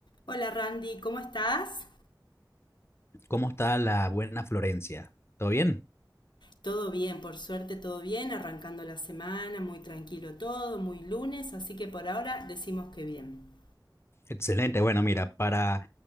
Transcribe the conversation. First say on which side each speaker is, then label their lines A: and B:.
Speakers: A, on the left; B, on the left.
A: Hola Randy, ¿cómo estás?
B: ¿Cómo está la buena Florencia? ¿Todo bien?
A: Todo bien, por suerte todo bien, arrancando la semana, muy tranquilo todo, muy lunes, así que por ahora decimos que bien.
B: Excelente. Bueno, mira, para